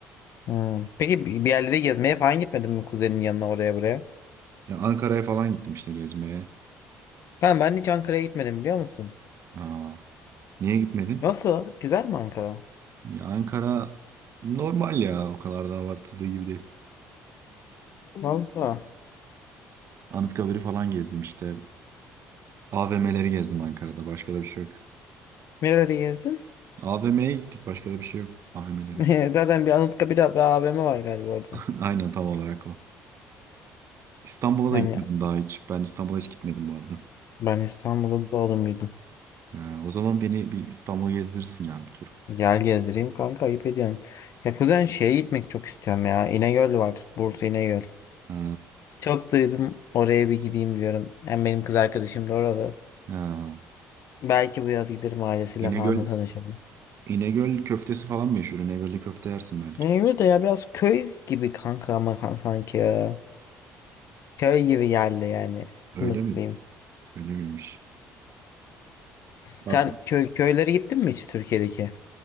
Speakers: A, on the left; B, on the right.
A: Hmm. Peki bir bir yerlere gezmeye falan gitmedin mi kuzenin yanına oraya buraya?
B: Ya Ankara'ya falan gittim işte gezmeye.
A: Kanka ben hiç Ankara'ya gitmedim biliyor musun?
B: Aa, niye gitmedin?
A: Nasıl? Güzel mi Ankara?
B: Ya Ankara normal ya o kadar da abartıldığı gibi değil.
A: Valla.
B: Anıtkabir'i falan gezdim işte. AVM'leri gezdim Ankara'da başka da bir şey yok.
A: Nereleri gezdin?
B: AVM'ye gittik başka da bir şey yok. AVM'leri.
A: <laughs> Zaten bir Anıtkabir bir AVM var galiba orada.
B: <laughs> Aynen tam olarak o. İstanbul'a
A: Hani
B: da gitmedim daha hiç. Ben İstanbul'a hiç gitmedim bu arada.
A: ben İstanbul'da doğdum büyüdüm.
B: Ya, o zaman beni bir İstanbul'u gezdirsin ya bir tur.
A: Yer gezdireyim kanka ayıp ediyorsun. Ya kuzen şeye gitmek çok istiyorum ya. İnegöl var. Bursa İnegöl.
B: Ha,
A: Çok duydum oraya bir gideyim diyorum. Hem benim kız arkadaşım da orada.
B: ha.
A: Belki bu yaz giderim ailesiyle
B: İnegöl,
A: falan da tanışırım.
B: İnegöl köftesi falan meşhur. İnegöl'de köfte yersin belki.
A: İnegöl de ya biraz köy gibi kanka ama kan- sanki ya. Köy gibi geldi yani.
B: Öyle
A: Nasıl
B: mi?
A: diyeyim?
B: Öyle miymiş? Artık
A: Sen köy köylere gittin mi hiç Türkiye'deki?